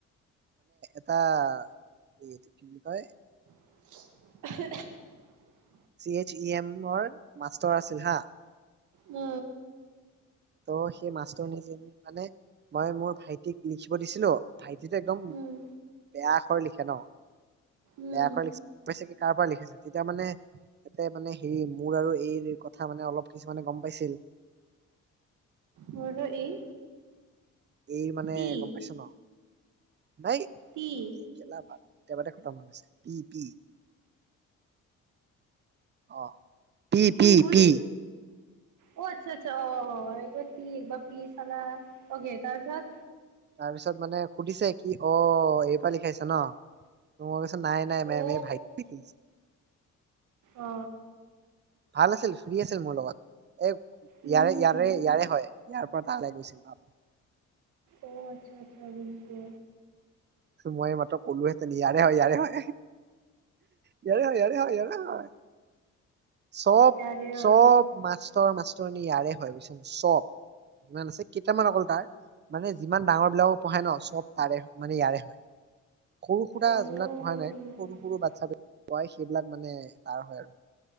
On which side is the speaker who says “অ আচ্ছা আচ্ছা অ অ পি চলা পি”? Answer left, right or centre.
Right